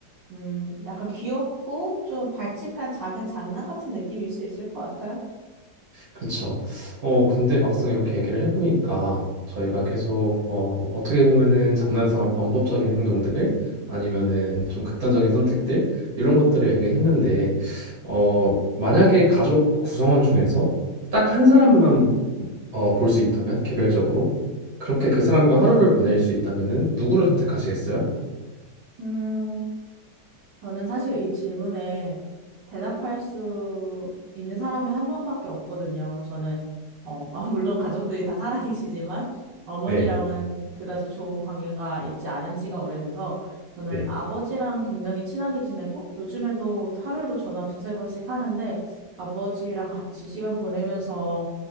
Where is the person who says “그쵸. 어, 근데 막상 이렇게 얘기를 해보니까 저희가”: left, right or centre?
Right